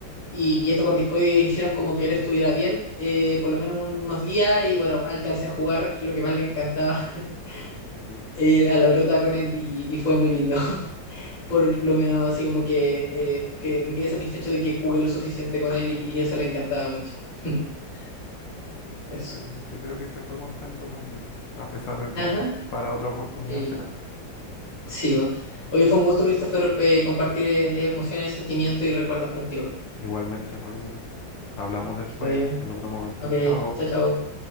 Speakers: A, on the left (about 35°); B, on the left (about 75°).
A: y, y estos corticoides hicieron como que él estuviera bien eh, por lo menos un- unos días y bueno, alcancé a jugar lo que más le encantaba <laughs>
B: Sí,
A: eh, a la pelota con él y, y fue muy lindo. <laughs> Por lo menos así como que, eh, que me quedé satisfecho de que jugué lo suficiente con él y, y eso le encantaba mucho. <laughs> Eso.
B: yo, yo creo que se fue contento también, a pesar de todo.
A: Ajá.
B: Para otra oportunidad
A: Sí.
B: será.
A: Sí, bo. Oye, fue un gusto, Christopher, pe- compartir eh, emociones, sentimientos y recuerdos contigo.
B: Igualmente, Rodrigo. Hablamos después,
A: Que te vaya bien.
B: en otro momento.
A: Ok,
B: Chao.
A: chao, chao.